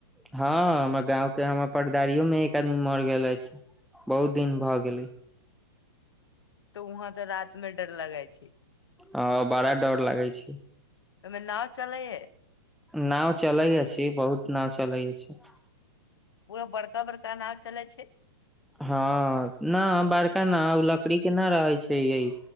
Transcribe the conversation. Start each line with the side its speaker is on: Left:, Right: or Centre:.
Centre: हँ हमर गांव के हमर पदारियो में एक आदमी मर गेल अछि बहुत दिन भए गेले
Left: तऽ वहाँ तऽ रात में डर लगै छी
Centre: हँ बड़ा डर लागै छै
Left: ओमे नाव चलैयै हे
Centre: नओ चलै अछी बहुत नाव चलै अछि
Left: पूरा बड़का बड़का बड़का नाव चलै छै
Centre: हँ न बड़का न ओ लकड़ी के न रहे छै य